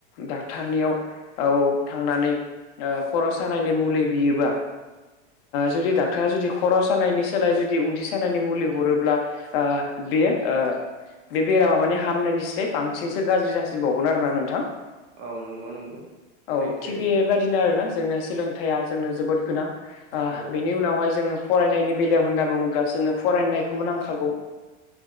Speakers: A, on the left (about 50°); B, on the right (about 60°).
A: डाक्टरनियाव औ थांनानै खर सानायनि मुलि बियोबा जुदि डाक्टरा जुदि खर सानायनि सोलायै जुदि उदै सानायनि मुलि हरोब्ला बेयो बे बेरामा माने हामनायनिस बांसिनसो गाज्रि जासिबावगोन आरोना नोंथां
B: औ नंगौ नंगौ
A: औ
B: सैथो
A: थिग बेबायाददिनो आरोना जोंना सोलोंथाइया जोंनो जोबोद गोनां
B: औ
A: बेनि उनावहाय जोङो फरायनायनि बेलायाव होनना बुङोब्ला जोंनो फरायनायखौबो नांखागौ